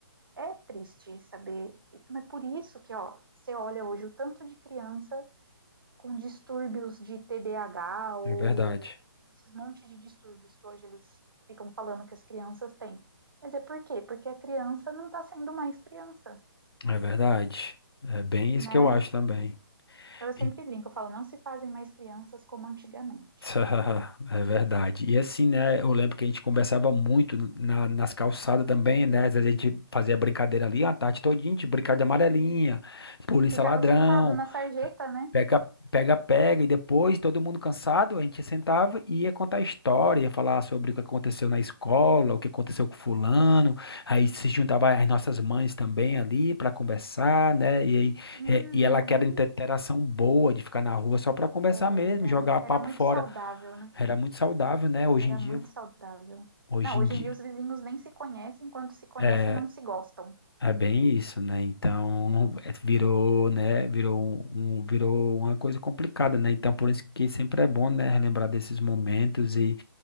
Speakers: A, on the right (about 60°); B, on the left (about 75°).
A: é triste saber, mas por isso que, ó, você olha hoje o tanto de criança com distúrbios de TDAH ou
B: É verdade.
A: esses monte de distúrbios que hoje eles ficam falando que as crianças têm. Mas é por quê? Porque a criança não está sendo mais criança,
B: É verdade. É bem isso
A: né?
B: que eu acho também.
A: Então eu sempre
B: E-
A: brinco, eu falo, não se fazem mais crianças como antigamente.
B: <laughs> É verdade. E assim, né? Eu lembro que a gente conversava muito na- nas calçadas também, né? Às vezes a gente fazia brincadeira ali, a tarde todinha, a gente brincava de amarelinha, polícia
A: E ficava
B: ladrão.
A: sentado na sarjeta, né?
B: Pega, pega, pega, e depois, todo mundo cansado, a gente sentava e ia contar a história, ia falar sobre o que aconteceu na escola, o que aconteceu com fulano, aí se juntava as nossas mães também ali para conversar, né? E aí,
A: Uhum.
B: é, e ela quer interação boa de ficar na rua só para conversar
A: Era,
B: mesmo, jogar papo
A: era muito
B: fora.
A: saudável, né?
B: Era muito saudável, né? Hoje
A: Era
B: em dia,
A: muito saudável.
B: hoje
A: Não, hoje
B: em dia.
A: em dia os vizinhos nem se conhecem, quando se conhecem,
B: É,
A: não se gostam.
B: É bem isso, né? Então, é, virou,
A: Uhum.
B: né? Virou um, um- virou uma coisa complicada, né? Então, por isso que sempre é bom, né? Relembrar desses momentos e,